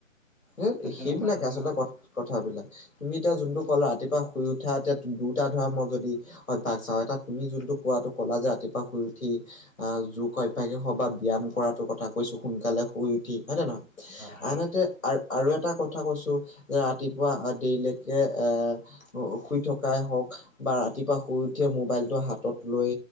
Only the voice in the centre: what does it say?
সেই তেনেকুৱা
ধৰণৰ
হয়
হয়।